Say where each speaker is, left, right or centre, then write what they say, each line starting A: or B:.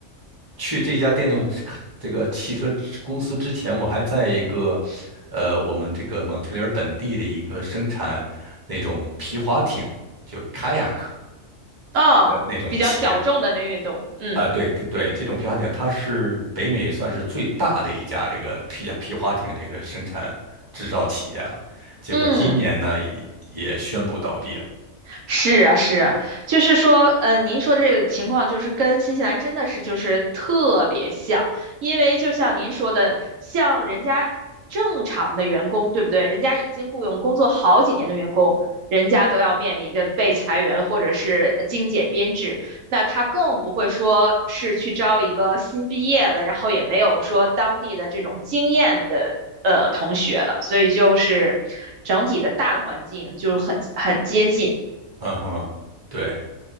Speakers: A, on the right; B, on the right.
A: 去这家电动车这个汽车公司之前，我还在一个呃我们这个蒙特利尔本地的一个生产那种皮划艇，就 kayak。
B: 哦，
A: 的那种企业。
B: 比较小众的那运动，嗯
A: 啊，对对，这种皮划艇它是北美算是最大的一家这个皮皮划艇这个生产制造企业了，结果今年呢也也宣布倒闭了。
B: 嗯。是啊，是啊，
A: 对，
B: 就是说，呃，您说的这个情况就是跟新西兰真的是就是特别像，因为就像您说的，像人家正常的员工，对不对？人家已经雇佣工作好几年的员工，人家都要面临着被裁员或者是精简编制，那他更不会说是去招一个新毕业的，然后也没有说当地的这种经验的呃同学了，所以就是整体的大的环境就很很接近。
A: 嗯哼，对，